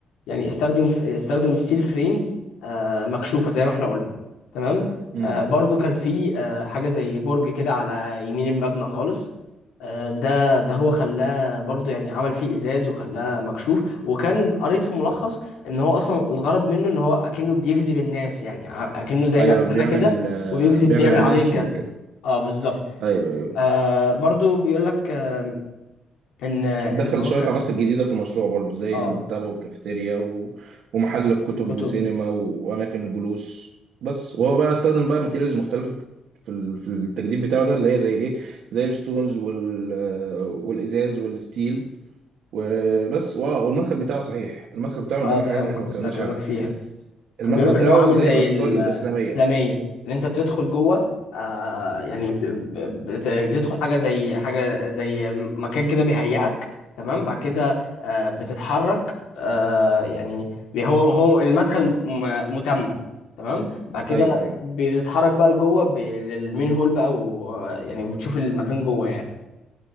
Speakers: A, on the left (about 85°); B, on the right (about 75°).
A: يعني استخدم استخدم الستيل فريمز آه، مكشوفة زي ما احنا قلنا تمام
B: امم
A: آه، برضو كان في آه، حاجة زي برج كده على يمين المبنى خالص آه، ده ده هو خلاه برضو يعني عمل فيه ازاز وخلاه مكشوف وكان قريت في ملخص ان هو اصلا الغرض منه ان هو اكنه بيجذب الناس يعني ع- اكنه زي
B: ايوه
A: مأذنة
B: بيعمل
A: كده
B: آه،
A: وبيجذب
B: بيعمل
A: بيعمل
B: انانسمنت
A: عملية جذب
B: كده
A: اه بالظبط
B: ايوه ايوه
A: آه برضو بيقول لك آه ان ان
B: دخل
A: هو
B: شوية
A: كان
B: عناصر جديدة في المشروع برضو زي
A: اه
B: المكتبة والكافيتيريا و... ومحل الكتب
A: الكتب
B: وسينما و... وأماكن الجلوس بس وهو بقى استخدم بقى ماتيريالز مختلفة في ال... في التجديد بتاعه ده اللي هي زي إيه زي الستونز وال... والإزاز والستيل وبس وآه، والمدخل بتاعه صحيح المدخل بتاعه
A: اه
B: من أهم
A: دي
B: الحاجات
A: حاجة
B: اللي
A: ممكن
B: إحنا ما
A: لسه
B: اتكلمناش
A: هكلمك
B: عنها
A: فيها كان
B: المدخل
A: بيقول لك
B: بتاعه
A: ان هو عامل
B: زي
A: زي
B: الأفكار
A: الاسلاميه
B: الإسلامية
A: ان انت بتدخل جوه آه يعني بت- بت- بتدخل حاجه زي حاجه زي مكان كده بيهيئك تمام بعد كده آه بتتحرك آه يعني بي- هو هو المدخل م- متمم تمام بعد كده
B: أيوه أيوه
A: بتتحرك بقى لجوه ب- للمين هول بقى ويعني بتشوف المكان جوه يعني